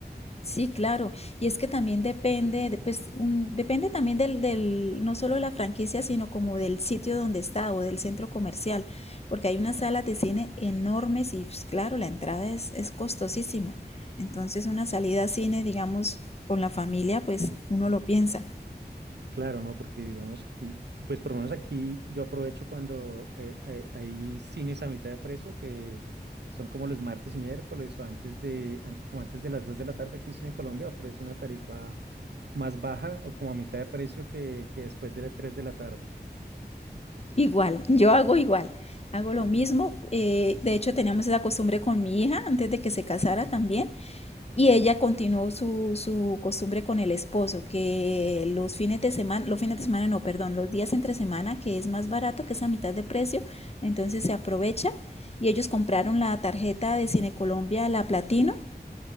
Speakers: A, on the left; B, on the right.
A: Sí, claro. Y es que también depende, de- pues, mm, depende también del, del, no solo de la franquicia, sino como del sitio donde está o del centro comercial, porque hay unas salas de cine enormes y, pues, claro, la entrada es, es costosísima. Entonces, una salida a cine, digamos, con la familia, pues uno lo piensa.
B: Claro, ¿no? Porque digamos aquí, pues por lo menos aquí yo aprovecho cuando eh, eh, hay cines a mitad de precio, que son como los martes y miércoles o antes de, antes, como antes de las dos de la tarde aquí Cine Colombia ofrece una tarifa más baja o como a mitad de precio que, que después de las 3 de la tarde.
A: Igual, yo hago igual, hago lo mismo. eh, de hecho, teníamos esa costumbre con mi hija antes de que se casara también. Y ella continuó su, su costumbre con el esposo, que los fines de semana, los fines de semana no, perdón, los días entre semana, que es más barato, que es a mitad de precio, entonces se aprovecha. Y ellos compraron la tarjeta de Cine Colombia, la Platino,